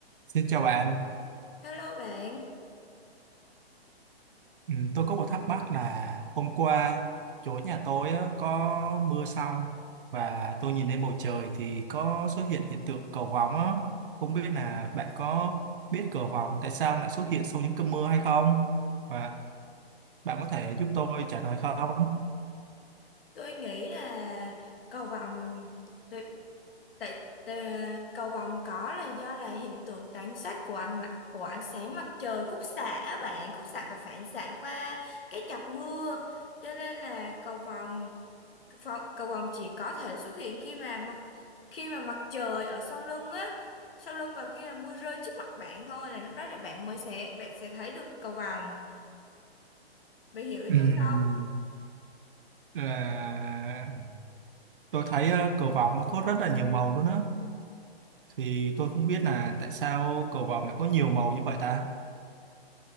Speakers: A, on the right; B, on the left.
A: Xin chào bạn,
B: Hello bạn,
A: ừ, tôi có một thắc mắc là hôm qua chỗ nhà tôi á, có mưa xong và tôi nhìn lên bầu trời thì có xuất hiện hiện tượng cầu vồng á. Không biết là bạn có biết cầu vồng tại sao lại xuất hiện sau những cơn mưa hay không? Và bạn có thể giúp tôi trả lời không?
B: tôi nghĩ là cầu vồng tại tại- tà- cầu vồng có là do là hiện tượng tán sát của ánh của ánh sáng mặt trời khúc xạ á bạn, khúc xạ và phản xạ qua cái giọt mưa. Cho nên là cầu vồng cầu, cầu vồng chỉ có thể xuất hiện khi mà mặt khi mà mặt trời ở sau lưng á, sau lưng và khi là mưa rơi trước mặt bạn thôi là lúc đó là bạn mới sẽ bạn sẽ thấy được cầu vồng. Bạn hiểu ý
A: Ừm,
B: tôi không?
A: là tôi thấy ờ, cầu vồng nó có rất là nhiều màu luôn á, thì tôi không biết là tại sao cầu vồng lại có nhiều màu như vậy ta?